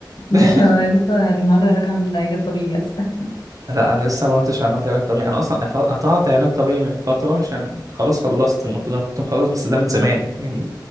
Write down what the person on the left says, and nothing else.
لا،
انا لسه النهارده راجعه من العلاج الطبيعي اصلا